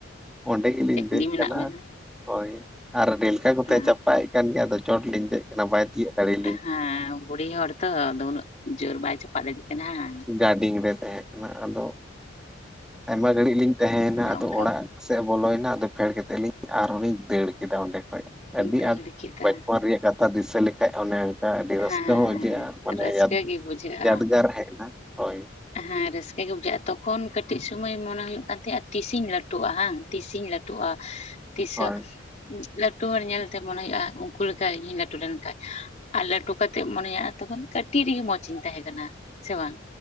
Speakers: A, in the centre; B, on the left.
A: ᱚᱸᱰᱮ ᱜᱮᱞᱤᱧ ᱫᱮᱡ
B: ᱜᱮ ᱢᱮᱱᱟᱜ
A: ᱠᱟᱱᱟ
B: ᱵᱮᱱᱟ
A: ᱾ ᱦᱳᱭ, ᱟᱨ ᱰᱷᱮᱞᱠᱟ ᱠᱚᱛᱮ
B: ᱦᱮᱸ
A: ᱪᱟᱯᱟᱜ ᱮᱫ ᱠᱟᱱ ᱜᱮᱭᱟ ᱟᱫᱚ ᱪᱚᱴ ᱞᱤᱧ ᱫᱮᱡ ᱠᱟᱱᱟ ᱵᱟᱭ ᱛᱤᱭᱳᱟᱹᱜ ᱫᱟᱲᱮᱭᱟᱜ
B: ᱦᱮᱸ ᱵᱩᱲᱤ ᱦᱚᱲ ᱛᱚ ᱟᱫᱚ ᱩᱱᱟᱹᱜ ᱡᱳᱨ ᱵᱟᱭ ᱪᱟᱯᱟ ᱫᱟᱲᱤᱜ ᱠᱟᱱᱟ ᱾
A: ᱫᱚᱢᱮ ᱜᱷᱟᱹᱲᱤᱡ ᱤᱝ ᱨᱮ ᱛᱟᱦᱮᱸ ᱠᱟᱱᱟ ᱟᱫᱚ ᱟᱭᱢᱟ ᱜᱷᱟᱹᱲᱤᱡ ᱞᱤᱧ ᱛᱟᱦᱮᱸᱭᱱᱟ
B: ᱚᱱᱮ
A: ᱟᱫᱚ
B: ᱚᱱᱠᱟ
A: ᱚᱲᱟᱜ ᱥᱮᱫ ᱵᱚᱞᱚᱭᱮᱱᱟ ᱟᱫᱚ ᱯᱷᱮᱰ ᱠᱟᱛᱮᱫ ᱞᱤᱧ ᱟᱨᱦᱚᱸ ᱞᱤᱧ ᱫᱟᱹᱲ ᱠᱮᱫᱟ ᱚᱸᱰᱮ ᱠᱷᱚᱡᱽ ᱾ ᱟᱹᱰᱤ
B: ᱫᱟᱹᱲ
A: ᱟᱸᱴ
B: ᱠᱮᱫᱟ
A: ᱵᱟᱪᱯᱚᱱ ᱨᱮᱭᱟᱜ ᱠᱟᱛᱷᱟ ᱫᱤᱥᱟᱹ ᱞᱮᱠᱷᱟᱡ ᱚᱱᱮ ᱟᱹᱰᱤ ᱨᱟᱹᱥᱠᱟᱹ
B: ᱦᱮᱸ
A: ᱦᱚᱸ ᱵᱩᱡᱟᱹᱜᱼᱟ ᱢᱟᱱᱮ
B: ᱨᱟᱹᱥᱠᱟᱹ ᱜᱮ ᱵᱩᱡᱷᱟᱹᱜᱼᱟ
A: ᱡᱟᱰᱜᱟᱨ ᱦᱮᱡ ᱱᱟ ᱦᱳᱭ ᱾
B: ᱦᱮᱸ ᱨᱟᱹᱥᱠᱟᱹ ᱜᱮ ᱵᱩᱡᱷᱟᱹᱜᱼᱟ ᱛᱚᱠᱷᱚᱱ ᱠᱟᱹᱴᱤᱡ ᱥᱩᱢᱟᱹᱭ ᱢᱚᱱᱮ ᱦᱩᱭᱩᱜ ᱠᱟᱱ ᱛᱟᱦᱮᱜ-ᱟ ᱛᱤᱥᱤᱧ ᱞᱟᱹᱴᱩᱜᱼᱟ ᱵᱟᱝ ᱛᱤᱥᱤᱧ ᱞᱟᱹᱴᱩᱜᱼᱟ ᱛᱤᱥᱚᱜ
A: ᱦᱳᱭ
B: ᱞᱟᱹᱴᱩ ᱦᱚᱲ ᱧᱮᱞᱛᱮ ᱢᱚᱱᱮ ᱦᱩᱭᱩᱜᱼᱟ ᱩᱱᱠᱩ ᱞᱮᱠᱟ ᱤᱧᱦᱚᱧ ᱞᱟᱹᱴᱩ ᱞᱮᱱᱠᱷᱟᱡ ᱾ ᱟᱨ ᱞᱟᱹᱴᱩ ᱠᱟᱛᱮᱜ ᱢᱚᱱᱮᱭᱟ ᱛᱚᱠᱷᱚᱱ ᱠᱟᱹᱴᱤᱜ ᱨᱮᱜᱮ ᱢᱚᱡᱽ ᱤᱧ ᱛᱟᱦᱮᱸ ᱠᱟᱱᱟ ᱥᱮ ᱵᱟᱝ?